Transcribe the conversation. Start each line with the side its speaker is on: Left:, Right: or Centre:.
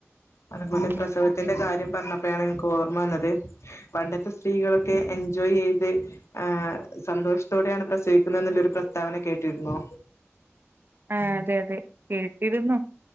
Left: അതപലി
Right: ഉം
Left: പ്രസവത്തിന്റെ കാര്യം പറഞ്ഞപ്പോഴാണ് എനിക്ക് ഓർമ്മ വന്നത് പണ്ടത്തെ സ്ത്രീകളൊക്കെ എൻജോയെയ്ത് ആഹ് സന്തോഷത്തോടെയാണ് പ്രസവിക്കുന്നത്ന്നുള്ളൊരു പ്രസ്താവന കേട്ടിരുന്നോ
Right: ആഹ് അതെ അതെ കേട്ടിരുന്നു